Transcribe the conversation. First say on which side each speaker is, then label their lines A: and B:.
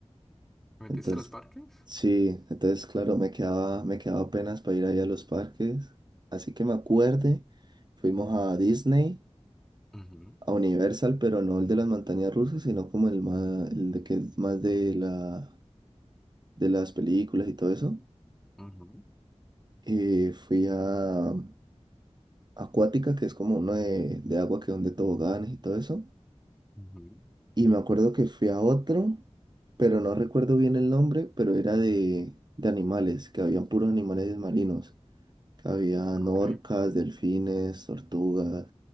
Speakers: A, in the centre; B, on the right.
A: ¿Te metiste
B: Entonces,
A: a los parques?
B: sí, entonces, claro, me quedaba, me quedaba apenas para ir ahí a los parques. Así que me acuerde, fuimos a Disney,
A: Ujú,
B: a Universal, pero no el de las montañas rusas, sino como el más, el de que es más de la, de las películas y todo eso.
A: ujú,
B: Eh, fui a Acuática, que es como uno de, de agua que donde toboganes y todo eso.
A: ujú.
B: Y me acuerdo que fui a otro, pero no recuerdo bien el nombre, pero era de, de animales, que habían puros animales marinos. Habían
A: Ok,
B: orcas, delfines, tortugas,